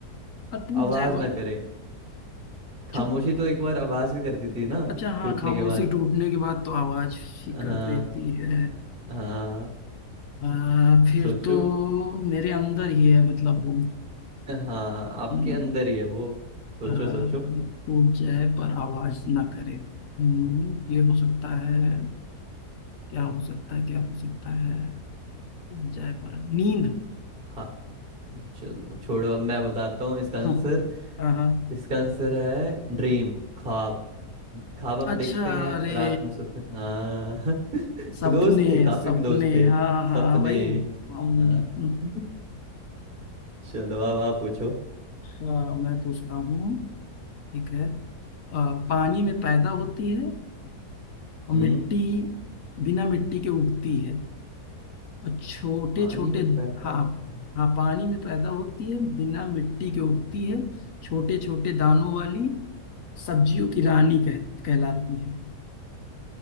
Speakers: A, on the left (about 60°); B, on the right (about 35°).
A: आ, टूट
B: आवाज
A: जाए
B: ना
A: वो
B: करे खामोशी
A: चुप
B: तो एक बार आवाज भी कर दी थी ना
A: अच्छा हाँ
B: टूटने
A: खामोशी
B: के बाद
A: टूटने के बाद तो आवाज ही कर
B: हाँ
A: देती है
B: हाँ
A: अ, फिर
B: सोचो
A: तो मेरे अंदर ही है मतलब वो
B: हाँ आपके
A: कि,
B: अंदर ही है वो सोचो
A: अ,
B: सोचो
A: टूट जाए पर आवाज ना करे हम्म, ये हो सकता है क्या हो सकता है क्या हो सकता है टूट जाए पर नींद
B: हाँ चलो छोड़ो अब मैं बताता हूँ इसका
A: <laughs>
B: आंसर
A: हाँ हाँ
B: इसका आंसर है ड्रीम ख्वाब ख्वाब हम
A: अच्छा
B: देखते हैं
A: अरे
B: रात में सोते हैं हाँ <laughs>
A: सपने
B: क्लोज थे काफी
A: सपने
B: क्लोज थे
A: हाँ हाँ
B: सपने
A: भाई हम
B: हाँ <laughs> चलो अब आप पूछो
A: हाँ मैं पूछता हूँ ठीक है अ, पानी में पैदा होती है और
B: हम्म
A: मिट्टी बिना मिट्टी के उगती है और छोटे
B: पानी
A: छोटे
B: में पैदा
A: हाँ
B: होते हैं।
A: हाँ पानी में पैदा होती है बिना मिट्टी के उगती है छोटे छोटे दानों वाली सब्जियों की रानी कह कहलाती है